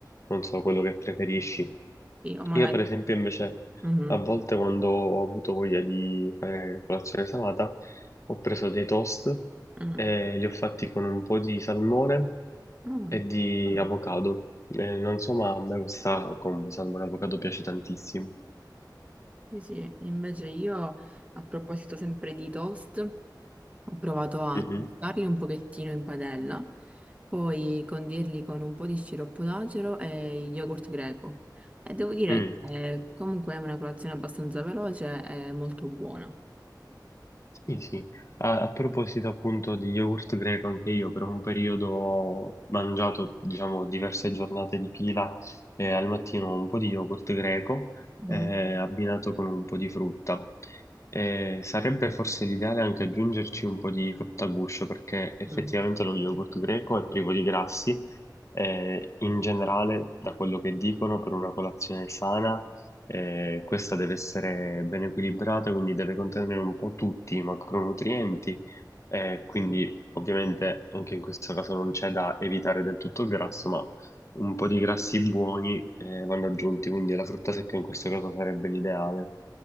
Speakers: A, on the left; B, on the right.
A: non so, quello che preferisci.
B: Io magari...
A: Io per esempio invece
B: mhm,
A: a volte quando ho avuto voglia di fare colazione salata, ho preso dei toast
B: mhm,
A: e li ho fatti con un po' di salmone
B: mhm,
A: e di
B: mhm.
A: avocado. Eh, non so, ma a me questa combo salmone e avocado piace tantissimo.
B: Sì, sì, invece io a proposito sempre di toast, ho provato a
A: Mhm.
B: tostarli un pochettino in padella, poi condirli con un po' di sciroppo d'acero e yogurt greco. E devo dire
A: Mm.
B: che eh, comunque è una colazione abbastanza veloce e molto buona.
A: Sì, sì. A, a proposito appunto di yogurt greco, anche io per un periodo ho mangiato, diciamo, diverse giornate di fila eh, al mattino un po' di yogurt greco
B: Mm.
A: eh, abbinato con un po' di frutta. Eh, sarebbe forse l'ideale anche aggiungerci un po' di frutta a guscio perché effettivamente
B: Mm.
A: lo yogurt greco è privo di grassi. eh, in generale, da quello che dicono, per una colazione sana eh, questa deve essere ben equilibrata, quindi deve contenere un po' tutti i macronutrienti, eh, quindi ovviamente anche in questo caso non c'è da evitare del tutto il grasso, ma un po' di grassi buoni, eh, vanno aggiunti, quindi la frutta secca in questo caso sarebbe l'ideale.